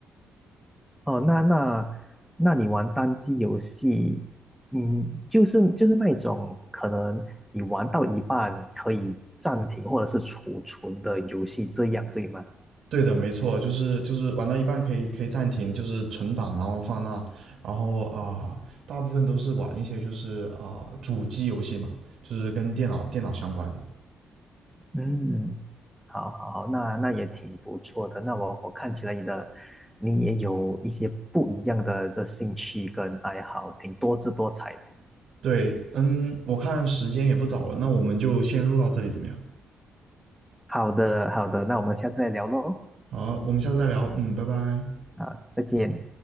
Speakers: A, in the centre; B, on the right.
A: 哦，那那那你玩单机游戏，嗯，就是就是那一种可能你玩到一半可以暂停或者是储存的游戏，这样对吗？
B: 对的，没错，就是就是玩到一半可以可以暂停，就是存档，然后放那，然后啊、大部分都是玩一些就是啊、主机游戏嘛，就是跟电脑电脑相关的。
A: 嗯，好好好，那那也挺不错的。那我我看起来你的你也有一些不一样的这兴趣跟爱好，挺多姿多彩的。
B: 对，嗯，我看时间也不早了，那我们就先录到这里怎么样？
A: 好的好的，那我们下次再聊喽。
B: 好，我们下次再聊，嗯，拜拜。
A: 啊，再见。